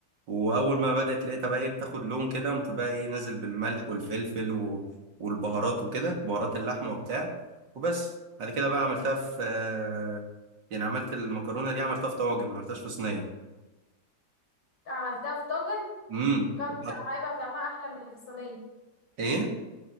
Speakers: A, on the right (about 65°); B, on the left (about 85°).
A: وأول ما بدأت لقيتها بقى إيه بتاخد لون كده قمت بقى إيه نازل بالملح والفلفل و... والبهارات وكده بهارات اللحمة وبتاع وبس بعد كده بقى عملتها في آه، يعني عملت المكرونة دي عملتها في طواجن ما عملتهاش في صينية
B: عملتها في طاجن
A: امم
B: وكان
A: وحط
B: طع- هيبقى طعمها احلى من اللي في الصينيه
A: إيه